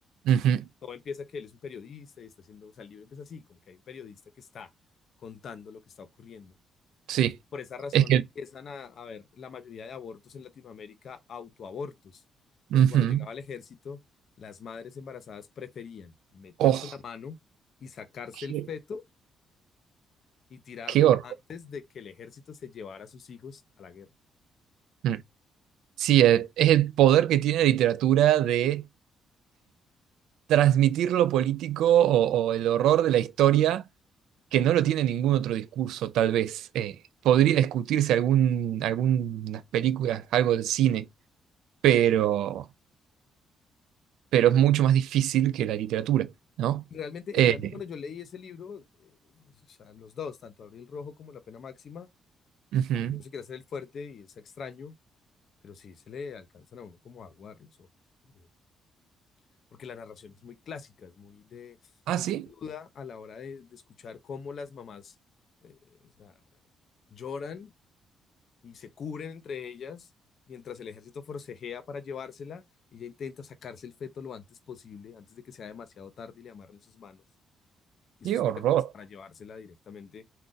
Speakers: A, on the right; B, on the left.
A: Ujú,
B: Todo empieza que él es un periodista y está haciendo, o sea, el libro empieza así, como que hay un periodista que está contando lo que está ocurriendo.
A: Sí,
B: Por esa razón
A: es que...
B: empiezan a, a ver la mayoría de abortos en Latinoamérica autoabortos, porque
A: ujú.
B: cuando llegaba el ejército, las madres embarazadas preferían meterse
A: Oh,
B: la mano y sacarse
A: qué,
B: el feto y tirarlo
A: qué horror.
B: antes de que el ejército se llevara a sus hijos a la guerra.
A: Mm. Sí, eh, es el poder que tiene la literatura de transmitir lo político o, o el horror de la historia que no lo tiene ningún otro discurso, tal vez. Eh, podría discutirse algún, algunas películas, algo del cine, pero, pero es mucho más difícil que la literatura, ¿no?
B: Realmente,
A: Eh,
B: y realmente cuando yo leí ese libro, eh, o sea, los dos, tanto Abril Rojo como La Pena Máxima,
A: ujú.
B: aunque no se quiera hacer el fuerte y es extraño, pero sí se le alcanzan a uno como a aguar los ojos, por Dios. Porque la narración es muy clásica, es muy, de,
A: Ah,
B: muy
A: sí,
B: cruda a la hora de, de escuchar cómo las mamás eh, o sea, lloran y se cubren entre ellas mientras el ejército forcejea para llevársela. Ella intenta sacarse el feto lo antes posible, antes de que sea demasiado tarde y le amarren sus manos y sus
A: qué horror,
B: piernas para llevársela directamente